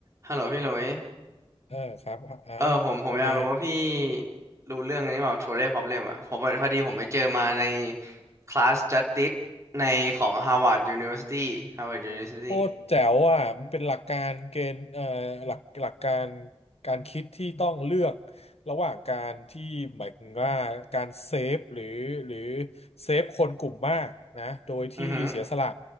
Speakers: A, on the right (about 30°); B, on the left (about 85°).
A: ฮัลโหลพี่หลุย
B: เออครับไอ้
A: เออผมผมอยากรู้ว่าพี่
B: ว่าไง
A: รู้เรื่องอันนี้เปล่า Trolley Problem อ่ะผมพอพอดีผมไปเจอมาในคลาส Justice ในของ Harvard University Harvard University
B: โคตรแจ๋วอ่ะมันเป็นหลักการเกณฑ์เอ่อหลักหลักการการคิดที่ต้องเลือกระหว่างการที่หมายถึงว่าการเซฟหรือหรือเซฟคนกลุ่มมากนะโดยที่เสียสละ
A: อือฮึ